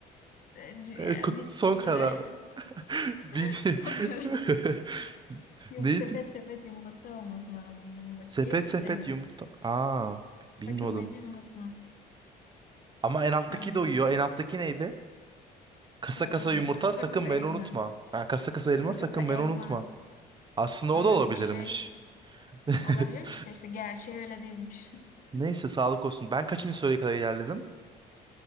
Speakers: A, on the left (about 55°); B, on the right (about 25°).
A: E, Ciğer
B: E, kut,
A: bitti
B: son
A: süre.
B: karar. <laughs> Bil
A: <laughs> Son karar.
B: <laughs>
A: Yok,
B: Neydi?
A: sepet sepet yumurta olmak lazımdı bu bakayım.
B: Sepet sepet
A: Evet.
B: yumurta. Aa, bilmiyordum.
A: Sakın beni unutma.
B: Ama en alttaki
A: Aynen.
B: de uyuyor. En alttaki neydi? Kasa
A: Ee,
B: kasa yumurta
A: kasa
B: sakın
A: kasa
B: beni
A: elma.
B: unutma. Ha, kasa kasa
A: Kasa
B: elma sakın
A: kasa elma.
B: beni unutma. Aslında
A: Aa,
B: o da olabilirmiş.
A: öyle bir şey
B: <laughs>
A: olabilirmiş de işte gerçeği öyle değilmiş. <laughs>
B: Neyse sağlık olsun. Ben kaçıncı soruya kadar ilerledim?